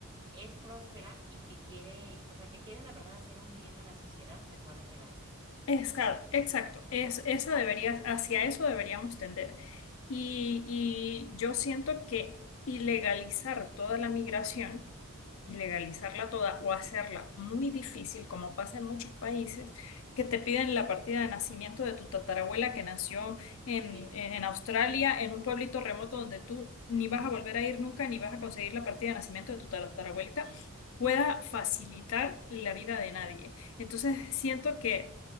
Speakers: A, on the right; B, on the left.
A: es próspera y que quiere, o sea, que quiere la verdad hacer un bien a la sociedad, se pueda quedar.
B: Exacto, exacto. Es, esa debería, hacia eso deberíamos tender. Y, y yo siento que ilegalizar toda la migración y legalizarla toda o hacerla muy difícil, como pasa en muchos países, que te piden la partida de nacimiento de tu tatarabuela que nació en,
A: Sí,
B: en, en Australia, en un pueblito remoto donde tú ni vas a volver a ir nunca, ni vas a conseguir la partida de nacimiento de tu tatarabuelita,
A: sí,
B: pueda facilitar la vida de nadie. Entonces,
A: sí,
B: siento que